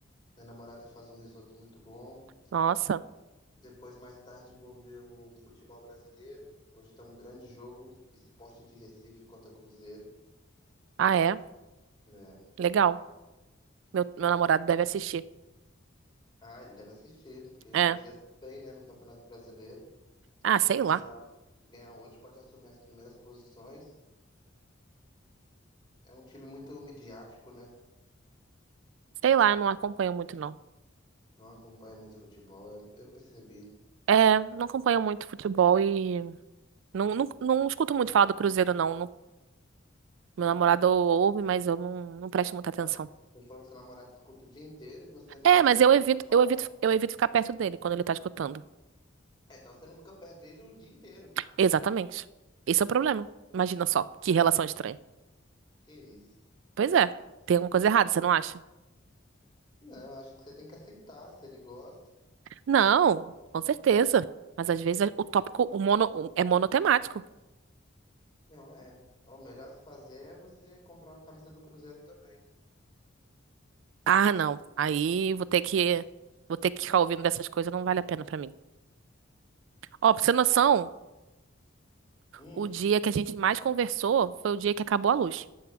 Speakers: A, on the left (about 25°); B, on the right (about 70°).
A: Minha namorada faz um risoto muito bom.
B: nossa.
A: Depois, mais tarde, vou ver o futebol brasileiro. Hoje tem um grande jogo, Sport de Recife contra Cruzeiro,
B: Ah, é?
A: né?
B: Legal. Meu, meu namorado deve assistir.
A: Ah, ele deve assistir, porque
B: É.
A: o Cruzeiro tá bem, né, no Campeonato Brasileiro.
B: Ah, sei
A: Se
B: lá.
A: ganhar, se ganhar hoje, pode assumir as primeiras posições. É um time muito midiático, né?
B: Sei lá, eu não acompanho muito, não.
A: Não acompanha muito futebol, é- eu percebi.
B: É, não acompanho muito futebol e não, não, não escuto muito falar do Cruzeiro, não. Meu namorado ouve, mas eu não, não presto muita atenção.
A: Não, você falou que seu namorado escuta o dia inteiro e você não,
B: É, mas
A: não
B: eu
A: escuta
B: evito,
A: falar?
B: eu evito, eu evito ficar perto dele quando ele tá escutando.
A: É, então você não fica perto dele o dia inteiro.
B: Exatamente. Esse é o problema. Imagina só, que relação estranha.
A: Que isso?
B: Pois é, tem alguma coisa errada, você não acha?
A: Não, acho que você tem que aceitar, se ele gosta.
B: Não, com certeza. Mas às vezes o tópico o mono, o- é monotemático.
A: Não, é. O melhor a se fazer é você comprar uma camisa do Cruzeiro também.
B: Ah, não. Aí vou ter que, vou ter que ficar ouvindo dessas coisas, não vale a pena pra mim. Ó, pra você ter noção,
A: Hum,
B: o dia que a gente mais conversou foi o dia que acabou a luz.